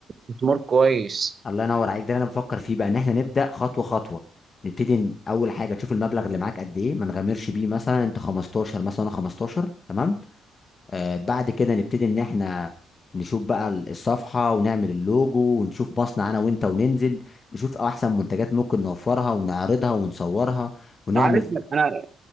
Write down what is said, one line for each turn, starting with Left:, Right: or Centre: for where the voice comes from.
Right: استثمار كويس
Left: الله ينور عليك ده اللي انا بفكر فيه بقى ان احنا نبدا خطوه خطوه نبتدي ن- اول حاجه تشوف المبلغ اللي معاك قد ايه ما نغامرش بيه مثلا انت 15 مثلا انا 15 تمام آه بعد كده نبتدي ان احنا نشوف بقى ال- الصفحه ونعمل اللوجو ونشوف مصنع انا وانت وننزل نشوف احسن منتجات ممكن نوفرها ونعرضها ونصورها ونعمل
Right: عارف انا <clears throat>